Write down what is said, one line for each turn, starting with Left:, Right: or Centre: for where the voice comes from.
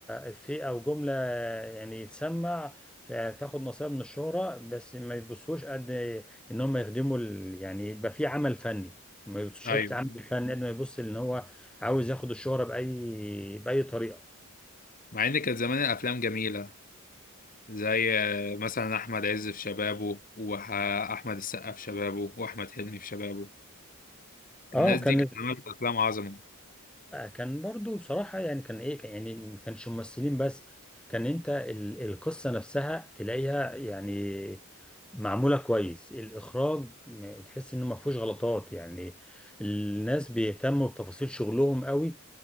Centre: افيه او جمله يعني يتسمع آه، تاخد نصيب من الشهره بس ما يبصوش قد ان هم يخدموا ال... يعني يبقى في عمل فني ما يبصوش
Left: أيوه
Centre: حته عمل فني قد ما يبص ان هو عاوز ياخد الشهره باي باي طريقه
Left: مع إن كانت زمان الأفلام جميلة زي آه، مثلا احمد عز في شبابه واحمد السقا في شبابه واحمد حلمي في شبابه
Centre: اه
Left: الناس
Centre: كان
Left: دي كانت عملت افلام عظمه
Centre: آه، كان برضو بصراحة يعني كان ايه كان يعني ما كانش ممثلين بس كان انت ال- القصة نفسها تلاقيها يعني معمولة كويس الإخراج م- تحس إنه ما فيهوش غلطات يعني الناس بيهتموا بتفاصيل شغلهم قوي